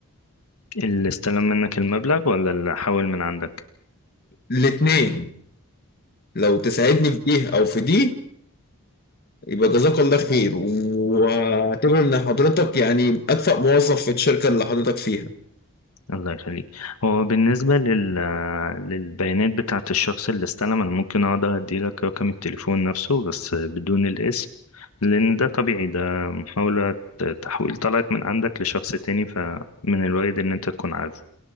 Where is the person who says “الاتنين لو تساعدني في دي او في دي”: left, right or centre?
Left